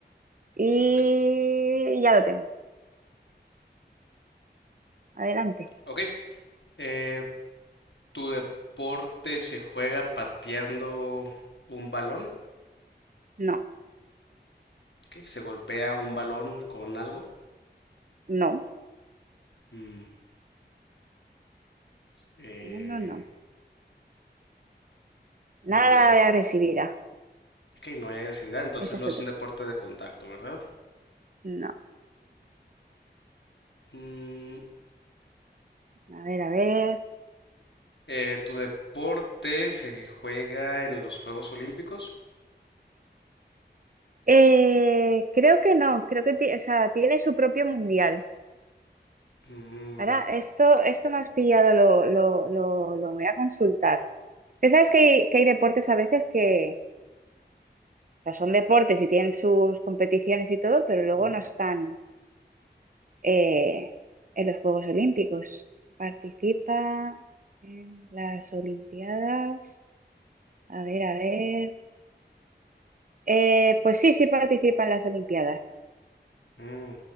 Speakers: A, on the right; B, on the left.
A: Y
B: ok.
A: ya lo tengo. Adelante.
B: Ok, eh, ¿tu deporte se juega pateando un balón?
A: No,
B: ¿Qué? ¿Se golpea un balón con algo?
A: no,
B: Mm, eh,
A: no, no, no.
B: bueno,
A: Nada de agresividad.
B: ok, no hay agresividad, entonces
A: Ese es
B: no es
A: otro.
B: un deporte de contacto, ¿verdad?
A: No.
B: Mm,
A: A ver, a ver.
B: eh, ¿tu deporte se juega en los Juegos Olímpicos?
A: Eh, creo que no, creo que ti- o sea, tiene su propio mundial.
B: Mm,
A: Ahora, esto, esto me has pillado, lo, lo, lo, lo voy a consultar. Que sabes que hay, que hay deportes a veces que, o sea, son deportes y tienen sus competiciones y todo, pero luego
B: ujú,
A: no están. eh, en los Juegos Olímpicos. Participa en las Olimpiadas. A ver, a ver. Eh, pues sí, sí participa en las Olimpiadas.
B: mm,